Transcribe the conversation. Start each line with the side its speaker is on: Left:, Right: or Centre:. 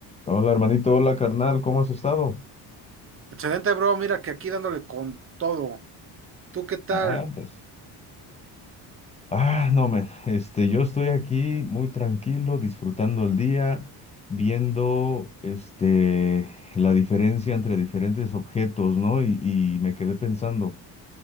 Left: Hola hermanito, hola carnal, ¿cómo has estado?
Right: Excelente, bro. Mira que aquí dándole con todo. ¿Tú qué tal,
Left: Ah, pues, Ah, no, men, este, yo estoy aquí muy tranquilo, disfrutando el día, viendo, este, la diferencia entre diferentes objetos, ¿no? Y, y me quedé pensando,